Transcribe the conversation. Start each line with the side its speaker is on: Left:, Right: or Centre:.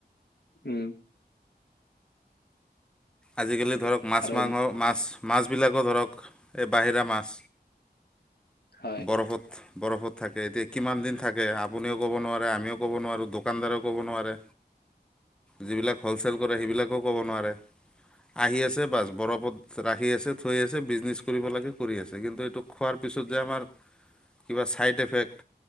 Left: উম,
Centre: আজিকালি ধৰক মাছ
Left: আৰু
Centre: মাংস মাছ মাছ বিলাকো ধৰক এই বাহিৰা মাছ
Left: হয়,
Centre: বৰফত বৰফত থাকে এতিয়া কিমান দিন থাকে কে আপুনিও ক'ব নোৱাৰে আমিও ক'ব নোৱাৰো দোকানদাৰেও ক'ব নোৱাৰে। যিবিলাক হ'লচেল কৰে সেইবিলাকো ক'ব নোৱাৰে আহি আছে বাছ বৰফত ৰাখি আছে থৈ আছে বিজনেছ কৰিব লাগে কৰি আছে কিন্তু এইটো খোৱাৰ পিছত যে আমাৰ কিবা ছাইড এফেক্ট